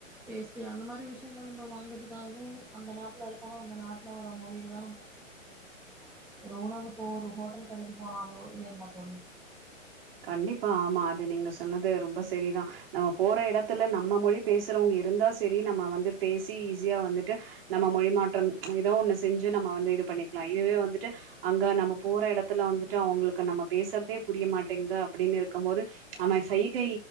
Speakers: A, in the centre; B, on the right (about 45°).
A: பேஸ்ட் அந்த மாரி விஷயங்கள் நம்ம வாங்கறதுக்காகவு அந்த நாட்டுல இருக்கணு அந்த நாட்டுலோட மொழியில தா நம்ம வந்து பேசியாகணும் இல்லைங்களா ஒரு உணவுக்கு ஒரு ஹோட்டல் கடைக்கு போனாலோ இல்லைங்களா தோழி
B: கண்டிப்பா ஆமா அது நீங்க சொன்னது ரொம்ப செரிதா நம்ம போற இடத்துல நம்ம மொழி பேசுறவங்க இருந்தா செரி நம்ம வந்து பேசி ஈஸியா வந்துட்டு நம்ம மொழி மாற்றம் ப்ச் ஏதோ ஒண்ணு செஞ்சு நம்ம வந்து இது பண்ணிக்கலா இதுவே வந்துட்டு அங்க நம்ம போற இடத்துல வந்துட்டு அவங்களுக்கு நம்ம பேசுறதே புரிய மாட்ட ங்க அப்டினு இருக்கும்போது ப்ச் நம்ம சைய்கை